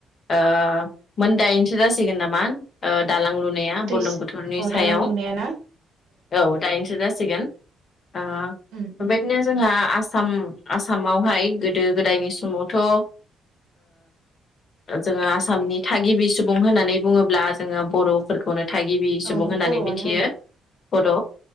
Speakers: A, on the left (about 50°); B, on the right (about 80°).
A: ओ मोनदायनोसो जासिगोन नामा दालां लुनाया
B: दै
A: बुलुं बोथोरनि
B: औ
A: सायाव
B: दालां लुनाया ना
A: औ दाइनसो दासि - सिगोन ओ
B: उम उम
A: बेबायदिनो जोंहा आसाम आसामावहाय गोदो गोदायनि समावथ' ओ जोङो आसामनि थागिबि सुबुं होननानै बुङोब्ला जोङो बर'फोरखौनो थागिबि सुबुं
B: औ
A: होननानैथियो
B: बर'आनो
A: बड'